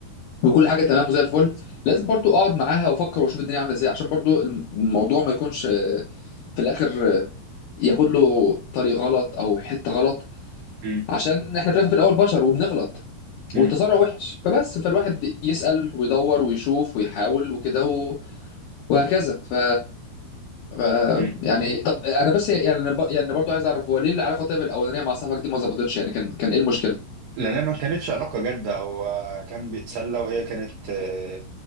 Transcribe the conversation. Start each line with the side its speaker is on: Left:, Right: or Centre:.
Left: وكل حاجه تمام وزي الفل لازم برضو اقعد معاها وافكر واشوف الدنيا عامله ازاي عشان برضو الموضوع ما يكونش آه، في الاخر آه، ياخد له طريق غلط او حته غلط
Right: مم.
Left: عشان احنا في الاخر في الاول بشر وبنغلط
Right: مم.
Left: والتسرع وحش فبس فالواحد يسأل ويدور ويشوف ويحاول وكده و... وهكذا ف... ف
Right: مم.
Left: يعني طب انا بس يعني أنا ب... يعني برضو عايز اعرف هو ليه العلاقه طيب الاولانيه مع صاحبك دي ما ظبطتش يعني كان كان ايه المشكله
Right: لأنها ما كانتش علاقة جادة هو كان بيتسلى وهي كانت آه،